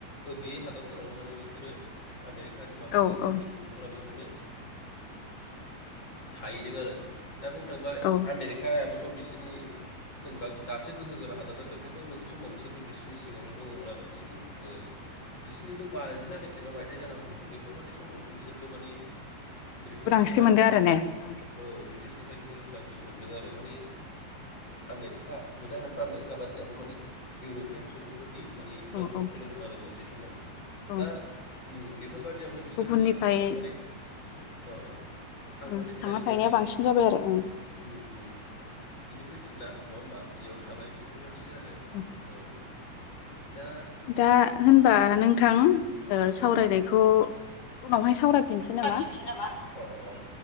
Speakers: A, on the left (about 25°); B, on the left (about 80°).
A: बे हादरफोरावनो माने बिसोरो आमेरिकानि माबा
B: औ
A: इउरपनि
B: औ
A: सुबुंफोरा बेवहायनो ओ थाहैदों आरो। दा बुंनो थांबा
B: औ
A: आमेरिकायाबो बोथ' बिसोरनि जेनेबा दासो गोहो गोरा हादर जादों खिन्थु मोनसे समाव बिसोरबो बि नि सिङावनो दङमोन आरो जिगु ओ जिस्निजौ बाजिना बेसेबा मायथाइ जानांगौमोन बेफोरबादि समावसो बिसोरबो माने ब्रिटिशनि
B: उदांस्रि
A: आथिंनि
B: मोनदो आरो ने ओं
A: औ ब्रिटिशनिफ्राय बि सोर उदांस्रि मोनदों आरो माने आमेरिका नि थाय हादर <unintelligible> माने इउरप पियान सुबुंफोरनि माने
B: औ
A: दखलावसो
B: औ
A: दंमोन आरो मान बे समाव
B: औ
A: दा उम बेफोरबादि दियावनो बिसोर
B: गुबुननिफ्राय
A: माने बेवहाय थांनानै औ थांनानै
B: उम
A: थाहैनानै
B: थांना थाहैनाया बांसिन जाबाय आरो ओं
A: उम उम बिदिनो फैफिनला नङा होमबा? बेयावनो थाबाय बेफोरबायदि आरो
B: औ
A: औ दा
B: दा होनबा नोंथां ओ सावरायनायखौ
A: औ
B: उनावहाय सावराय फिनसै
A: जाफिनसै
B: नामा
A: अ अ अ